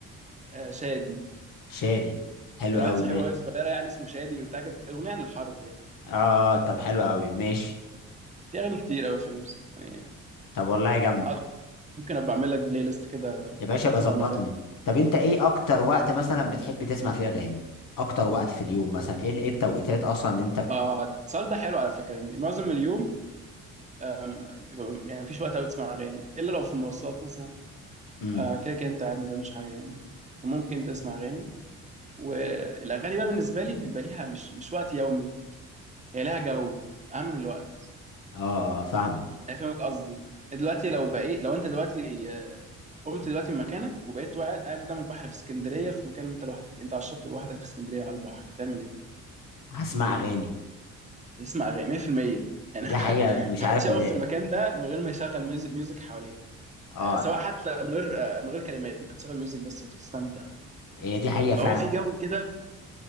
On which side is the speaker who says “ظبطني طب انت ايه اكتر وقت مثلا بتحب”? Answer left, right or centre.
Left